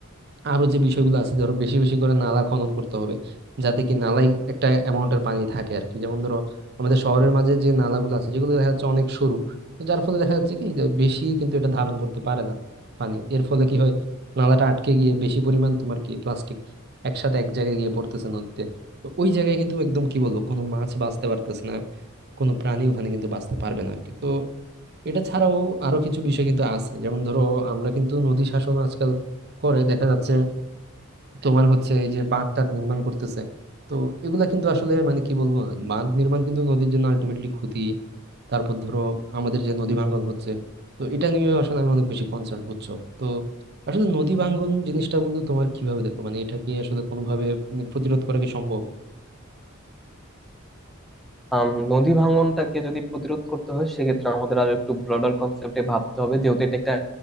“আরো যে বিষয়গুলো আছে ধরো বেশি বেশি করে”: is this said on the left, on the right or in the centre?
Right